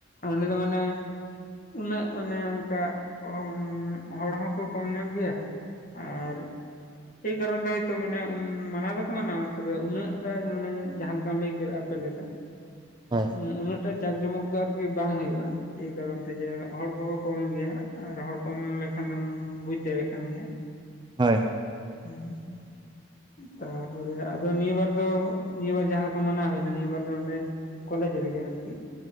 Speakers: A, on the left; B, on the right.
A: ᱩᱱᱤ ᱫᱚ ᱢᱟᱱᱮ ᱩᱱᱟᱹᱜ ᱚᱱᱮ ᱚᱱᱠᱟ <inaudible> ᱦᱚᱲ ᱦᱚᱸᱠᱚ ᱠᱚᱢ ᱧᱚᱜ ᱜᱮᱭᱟ ᱟᱨ ᱮᱭ ᱠᱟᱨᱚᱱ ᱛᱮ ᱦᱚᱭᱛᱳ ᱢᱟᱱᱮ ᱩᱱ, <inaudible> ᱢᱟᱱᱟᱣ ᱫᱚᱠᱚ ᱢᱟᱱᱟᱣᱟ ᱛᱚᱵᱮ ᱩᱱᱟᱹᱜ ᱴᱟᱜ ᱢᱟᱱᱮ ᱡᱟᱦᱟᱸ ᱞᱮᱠᱟᱢ ᱞᱟᱹᱭ ᱠᱮᱫ ᱟᱯᱮ ᱞᱮᱠᱟ
B: ᱦᱳᱭ
A: ᱩᱸ ᱩᱱᱟᱹᱜ ᱴᱟᱜ ᱡᱟᱸᱠ ᱡᱚᱢᱚᱠ ᱫᱚ ᱟᱨᱠᱤ ᱵᱟᱝ ᱦᱩᱭᱩᱜᱼᱟ᱾ ᱮᱭ ᱠᱟᱨᱚᱱ ᱛᱮ ᱡᱮ ᱦᱚᱲ ᱠᱚ ᱠᱚ ᱠᱚᱢ ᱜᱮᱭᱟ ᱟᱨ ᱦᱚᱲ ᱠᱚᱢ ᱞᱮᱱᱠᱷᱟᱱ ᱫᱚᱢ ᱵᱩᱡᱽ ᱫᱟᱲᱮᱭᱟᱜ ᱠᱟᱱ ᱜᱮᱭᱟ ᱾
B: ᱦᱳᱭ ᱦᱳᱭ ᱾
A: ᱦᱩᱸ <unintelligible> ᱛᱟᱯᱚᱨᱮ ᱟᱫᱚ ᱱᱤᱭᱟᱹᱵᱟᱨ ᱫᱚ ᱱᱤᱭᱟᱹ ᱵᱟᱨ ᱡᱟᱦᱟᱸ ᱞᱮᱠᱟ ᱢᱟᱱᱟᱣ ᱦᱩᱭᱱᱟ ᱱᱤᱭᱟᱹ ᱵᱟᱨ ᱫᱚ ᱚᱸᱰᱮ ᱠᱚᱞᱮᱡᱽ ᱨᱮᱜᱮ ᱟᱨᱠᱤ ᱾